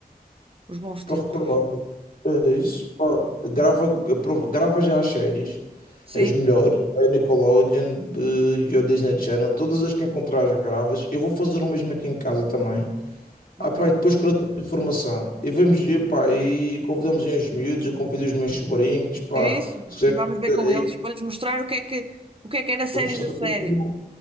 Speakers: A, on the right; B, on the left.
A: os bons
B: para
A: tempos.
B: recordar. É isso, pá. Grava, aprove- grava já as séries,
A: Sim,
B: as melhores, a Nickelodeon eh, e o Disney Channel, todas as que encontrares gravas. Eu vou fazer o mesmo aqui em casa também.
A: ok.
B: Ah, pá, e depois cruzamos a informação. E vamos, e, pá, e convidamos aí os miúdos, eu convido os meus sobrinhos, pá.
A: Isso.
B: Se quiser,
A: E vamos ver
B: eh,
A: com
B: aí
A: eles para lhes mostrar o que é que, o que é que era séries
B: vamos fazer
A: a sério.
B: o que eu tenho.